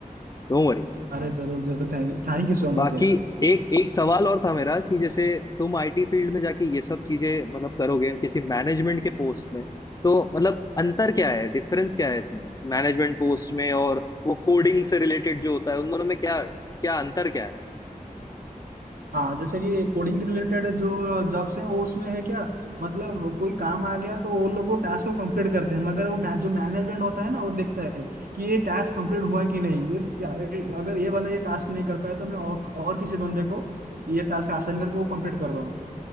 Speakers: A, on the left (about 25°); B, on the right (about 85°).
A: डोंट वरी
B: अरे जरूर जरूर thank thank you so
A: बाकी
B: much यार
A: एक एक सवाल और था मेरा कि जैसे तुम आईटी फील्ड में जाके ये सब चीजें मतलब करोगे किसी मैनेजमेंट के पोस्ट में तो मतलब अंतर क्या है डिफरेंस क्या है इसमें मैनेजमेंट पोस्ट में और वो कोडिंग से रिलेटेड जो होता है उन दोनों में क्या क्या अंतर क्या है
B: हाँ जैसे ये कोडिंग रिलेटेड जो जॉब्स हैं वो उसमें है क्या मतलब कोई काम आ गया तो वो लोग वो टास्क को कंप्लीट करते हैं मगर वो मै- जो मैनेजमेंट होता है ना वो देखता है कि ये टास्क कंप्लीट हुआ कि नहीं ये क्या- ये- अगर ये बंदा ये टास्क नहीं कर पाया तो मैं और, और किसी बंदे को ये टास्क आसान करके वो कंप्लीट करवाऊँ